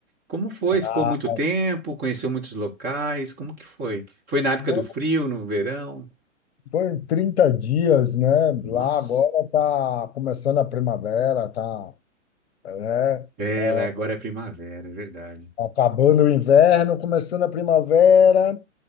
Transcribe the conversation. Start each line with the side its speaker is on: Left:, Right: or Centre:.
Right: Como foi? Ficou
Left: Ah,
Right: muito tempo? Conheceu muitos locais? Como que foi? Foi na época
Left: foi,
Right: do frio, no verão?
Left: foi 30 dias, né?
Right: Nossa.
Left: Lá agora tá começando a primavera, tá, né?
Right: ela
Left: É,
Right: agora é primavera, é verdade.
Left: Acabando o inverno, começando a primavera,